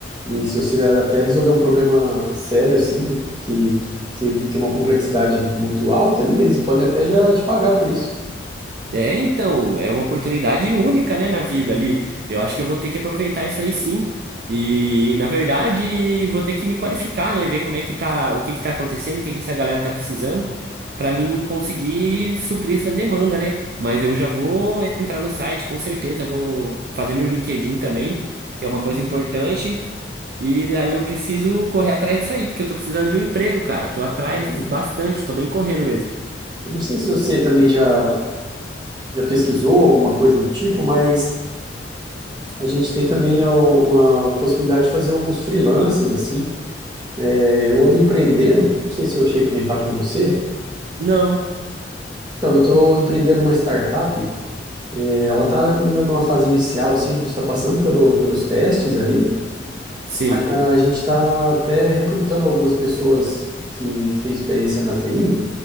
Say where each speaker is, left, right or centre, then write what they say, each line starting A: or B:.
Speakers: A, on the right; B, on the right.
A: e se você até resolver um problema sério, assim, que, que tem uma complexidade muito alta ali, eles podem até já te pagar por isso.
B: É, então, é uma oportunidade única, né, na vida ali. Eu acho que eu vou ter que aproveitar isso aí sim. E, na verdade, vou ter que me qualificar, né, ver como é que tá, o que que tá acontecendo, o que que essa galera tá precisando, para mim conseguir suprir essa demanda, né? Mas eu já vou entrar no site, com certeza, vou fazer meu LinkedIn também, que é uma coisa importante. E daí eu preciso correr atrás disso aí, porque eu tô precisando de um emprego, cara. Tô atrás
A: Sim.
B: bastante, tô bem correndo mesmo.
A: E não sei se você também já, já pesquisou alguma coisa do tipo, mas A gente tem também ó, uma possibilidade de fazer alguns freelances, assim. É, Eu ando empreendendo, não sei se eu cheguei a comentar com você.
B: Não,
A: Então, eu estou empreendendo uma startup. É, Ela está ainda numa fase inicial, assim, a gente está passando pelo, pelos testes ali,
B: sim.
A: mas a gente está até recrutando algumas pessoas que, que têm experiência na TI